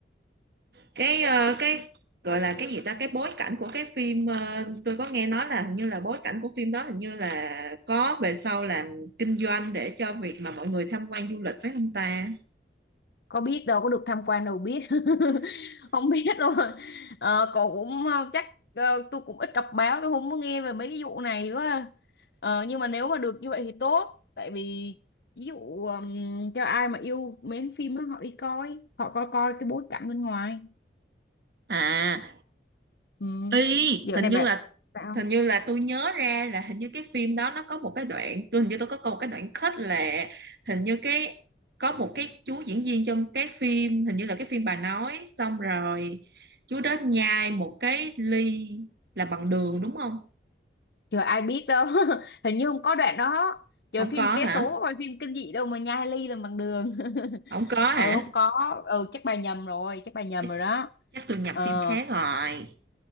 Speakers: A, on the right (about 65°); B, on the left (about 65°).
A: cái ờ, cái gọi là cái gì ta cái bối cảnh của cái phim ờ, tôi có nghe nói là hình như là bối cảnh của phim đó hình như là có về sau làm kinh doanh để cho việc mà mọi người tham quan du lịch phải không ta
B: có biết đâu có được tham quan đâu biết <laughs> không biết đâu ờ, cậu cũng ờ, chắc ờ, tôi cũng ít đọc báo tôi không có nghe về mấy cái vụ này quá à. ờ, nhưng mà nếu mà được như vậy thì tốt tại vì ví dụ ừm, cho ai mà yêu mến phim á, họ đi coi họ coi coi cái bối cảnh bên ngoài
A: à
B: ừ.
A: y
B: dạo
A: hình
B: này
A: như
B: bạn
A: là
B: sao
A: hình như là tôi nhớ ra là hình như cái phim đó nó có một cái đoạn tôi hình như tôi có có một cái đoạn kết là hình như cái có một cái chú diễn viên trong cái phim hình như là cái phim bà nói xong rồi chú đó nhai một cái ly là bằng đường đúng không
B: trời ai biết đâu <laughs> hình như không có đoạn đó trời
A: không
B: phim
A: có
B: vé
A: hả
B: số coi phim kinh dị đâu mà nhai ly làm bằng đường <laughs>
A: không có hả
B: ừ không có ừ chắc bà nhầm rồi chắc bà nhầm
A: chắc,
B: rồi đó
A: chắc tôi nhập
B: ờ
A: phim khác rồi